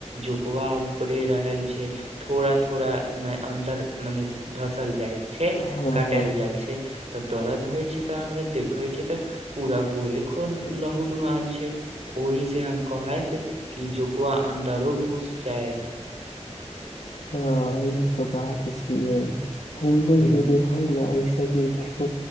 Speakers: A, on the right; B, on the left.
A: जुकवा ऊपरे रहल छै थोड़ा थोड़ा ने अन्दर मने धसल जाइ छै
B: हँ
A: काटल
B: हँ
A: जाइ छै त दरद होइ छै त हमरा देखइ छै तऽ पूरा गोड़े खुन लऽ हुलुहान छै ओहि से हम कहैत कि जोकुआ अन्दरो घुस जायत <inaudible>
B: हँ ई तऽ बात छिय हमरो
A: ह
B: एक बेर हइ न अइस हियइ झू